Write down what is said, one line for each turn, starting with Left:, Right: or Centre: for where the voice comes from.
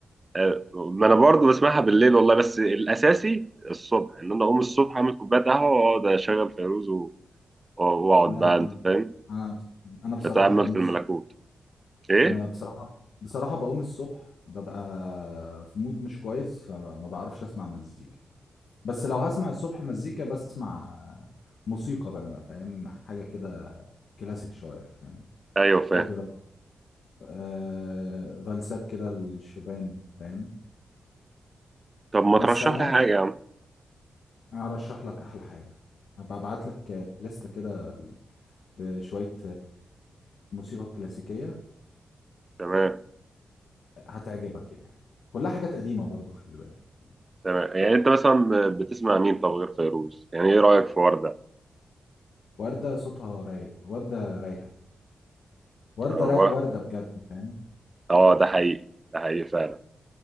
Right: آه، ما انا برضه بسمعها بالليل والله بس الاساسي الصبح ان انا اقوم الصبح اعمل كوبايه قهوه واقعد اشغل فيروز و- واقعد
Left: لا
Right: بقى انت فاهم
Left: انا بص- انا بصراحه
Right: اتامل
Left: بقوم
Right: في
Left: الصبح
Right: الملكوت ايه
Left: انا بصراحه بصراحه بقوم الصبح ببقى في مود مش كويس فما بعرفش اسمع مزيكا بس لو هسمع الصبح مزيكا بسمع موسيقى بقى ما فاهم حاجه كده كلاسيك شويه فاهم
Right: ايوه فاهم
Left: اوبرا آه فالسات كده الشوبان فاهم
Right: طب ما
Left: بس
Right: ترشح
Left: انا
Right: لي
Left: عايز
Right: حاجه يا عم
Left: ارشح لك احلى حاجه هبقى ابعت لك لستة كده بشويه موسيقى كلاسيكيه
Right: تمام
Left: هتعجبك يعني كلها حاجات قديمه برضو خلي بالك
Right: تمام يعني انت مثلا بتسمع مين طب غير فيروز يعني ايه رايك في ورده
Left: وردة صوتها رايق وردة رايقة وردة
Right: اه
Left: رايق وردة بجد فاهم
Right: آه، ده حقيقي ده حقيقي فعلا